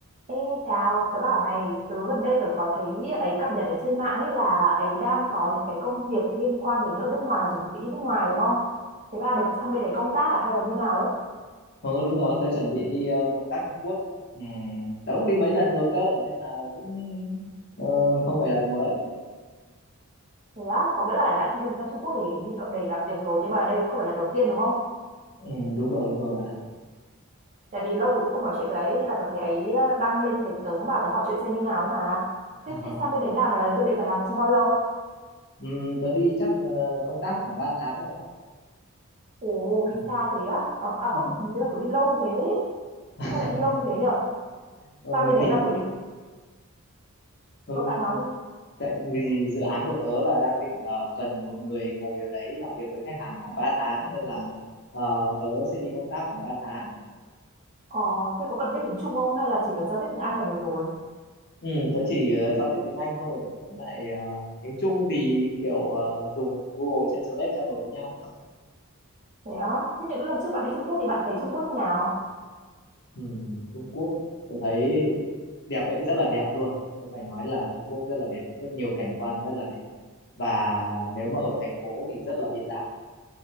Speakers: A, on the right; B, on the left.
A: Ê, chào, tớ bảo này, tớ gần đây tớ có thấy ấy cập nhật ở trên mạng ấy là ấy đang có những cái công việc liên quan đến ở nước ngoài và chuẩn bị đi nước ngoài đúng không? Thế là được sang bên đấy công tác à hay là như nào đấy?
B: Ừ đúng rồi, tớ chuẩn bị đi ờ, công tác Trung Quốc. Ừ, tớ cũng đi mấy lần rồi cơ, nên là cũng ờ, không phải là mới.
A: Thế á, có nghĩa là đã từng sang Trung Quốc để đi cậu- để làm việc rồi nhưng mà đây không phải là đầu tiên đúng không?
B: Ừ, đúng rồi, đúng rồi bạn ạ.
A: Tại vì lâu rồi cũng không nói chuyện với ấy nên là tớ thấy ấy ờ, đăng lên như thế tớ và vào tớ hỏi chuyện xem như nào ấy mà.
B: <laughs>
A: Thế thì sang bên đấy làm là dự định là làm trong bao lâu?
B: ừ, tớ đi chắc ờ, công tác khoảng 3 tháng bạn ạ.
A: Ồ,
B: Ừ.
A: đi xa thế á. Còn, à
B: Ừ.
A: không, ý tớ là kiểu đi lâu thế.
B: <laughs>
A: Sao lại đi lâu như thế nhở?
B: Ừ,
A: Sang bên đấy
B: thì
A: là kiểu định...
B: ừ,
A: Ờ, bạn nói đi.
B: tại vì dự án của tớ là đang định ờ, cần một người ngồi ở đấy làm việc với khách hàng khoảng 3 tháng nên là ờ, tớ sẽ đi công tác khoảng ba tháng
A: Ờ, thế có cần biết tiếng Trung không hay là chỉ cần giao tiếp tiếng Anh là được rồi?
B: Ừ, tớ chỉ ờ, giao tiếp tiếng Anh thôi. Với lại ờ, tiếng Trung thì kiểu ờ, dùng Google Translate trao đổi với nhau.
A: Thế á, thế những lần trước bạn đi Trung Quốc thì bạn thấy Trung Quốc như nào?
B: Ừ, Trung Quốc tôi thấy đẹp đấy, rất là đẹp luôn. Tôi phải nói là Trung Quốc rất là đẹp, rất nhiều cảnh quan rất là đẹp. Và nếu mà ở thành phố thì rất là hiện đại.